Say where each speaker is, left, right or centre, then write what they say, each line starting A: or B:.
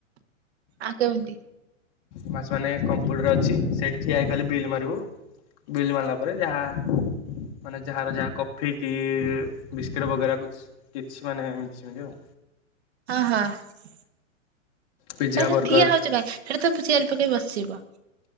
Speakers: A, on the right; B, on the left.
A: ଆ କେମିତି?
B: ଫାର୍ଷ୍ଟ ମାନେ, କମ୍ପୁଟର ଅଛି। ସେଠି ଠିଆ ହେଇକି ଖାଲି ବିଲ୍ ମାନ ଟୁ, ବିଲ ମାରିଲା ପରେ, ଯାହା ମାନେ ଯାହାର, ଯା କଫି କି ବିସ୍କେଟ୍ ବଗେରା କୁଚ୍ଛ୍, କିଛି ମାନେ ଏମତି ସେମତି ଆଉ।
A: ହଁ ହଁ। ନାଇ
B: ପିଜା
A: ସେ
B: ବର୍ଗର
A: ଠିଆ ହଉଛି କାଇଁ? ସେଟା ତ ଚେୟାର ପକେଇ ବସିବ।